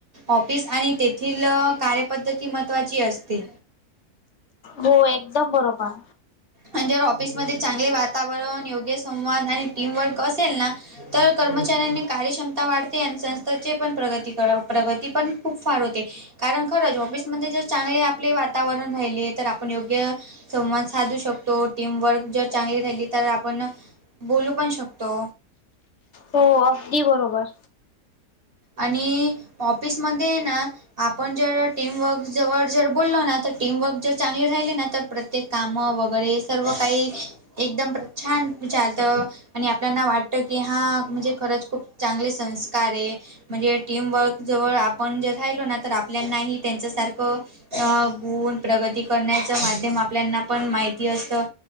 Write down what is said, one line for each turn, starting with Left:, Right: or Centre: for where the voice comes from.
Right: ऑफिस आणि तेथील कार्यपद्धती महत्त्वाची असते.
Left: हो एकदम बरोबर.
Right: आणि जर ऑफिसमध्ये चांगले वातावरण योग्य संवाद आणि टीमवर्क असेल ना? तर कर्मचाऱ्यांनी कार्यक्षमता वाढते आणि संस्थेची पण प्रगती कर प्रगती पण खूप फार होते कारण खरंच ऑफिसमध्ये जर चांगले आपले वातावरण राहिले तर आपण योग्य संवाद साधू शकतो टीमवर्क जर चांगली राहिली तर आपण बोलू पण शकतो.
Left: हो अगदी बरोबर.
Right: आणि ऑफिसमध्ये ना आपण जर टीमवर्क जवळ जर बोललो ना, तर टीमवर्क जर चांगली राहिली, तर प्रग ते काम वगैरे सर्व काही एकदम छान चालतं. आणि आपल्याना वाटतं की, हा म्हणजे खरंच खूप चांगले संस्कार आहे. म्हणजे, टीमवर्कजवळ आपण जर राहिलो ना, तर आपल्यालाही त्यांच्यासारखं अ, गुण प्रगती करण्याच माध्यम आपल्याना पण माहिती असतं.